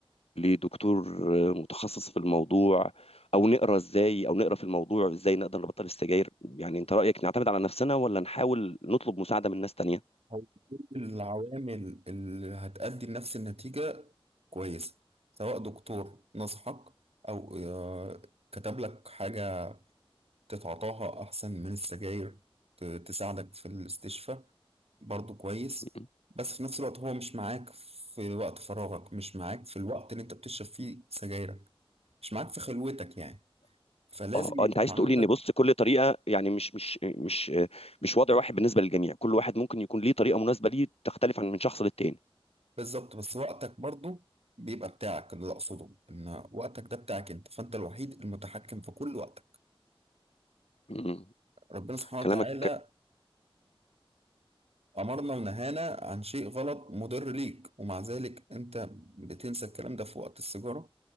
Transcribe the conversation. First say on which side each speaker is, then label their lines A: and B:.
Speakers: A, on the left; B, on the right.
A: لدكتور متخصص في الموضوع او نقرا ازاي او نقرا في الموضوع ازاي نقدر نبطل السجاير يعني انت رايك نعتمد على نفسنا ولا نحاول نطلب مساعده من ناس تانية
B: هو كل العوامل اللي هتؤدي لنفس النتيجة كويسة سواء دكتور نصحك او آه، كتب لك حاجة تتعاطاها أحسن من السجاير ت- تساعدك في الاستشفاء برضو كويس
A: م-
B: بس في نفس الوقت هو مش معاك في وقت فراغك مش معاك في الوقت اللي انت بتشرب فيه سجايرك مش معاك في خلوتك يعني فلازم
A: اه اه
B: يكون
A: انت عايز
B: عندك
A: تقولي ان بص كل طريقه يعني مش مش مش مش وضع واحد بالنسبه للجميع كل واحد ممكن يكون ليه طريقه مناسبه ليه تختلف عن من شخص للتاني
B: بالظبط بس وقتك برضو بيبقى بتاعك اللي أقصده إن وقتك ده بتاعك أنت فأنت الوحيد المتحكم في كل وقتك
A: مم.
B: ربنا سبحانه
A: كلامك
B: وتعالى أمرنا ونهانا عن شيء غلط مضر ليك ومع ذلك أنت بتنسى الكلام ده في وقت السيجارة